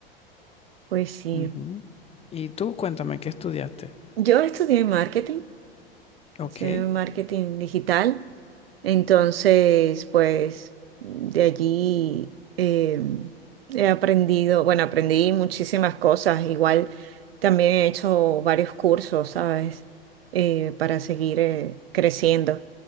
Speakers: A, on the right (about 75°); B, on the left (about 20°).
A: Pues sí.
B: Ujú. Y tú cuéntame, ¿qué estudiaste?
A: Yo estudié marketing
B: Ok,
A: Hice marketing digital. Entonces, pues de allí eh, he aprendido, bueno, aprendí muchísimas cosas. Igual también he hecho varios cursos, ¿sabes? Eh, para seguir eh, creciendo.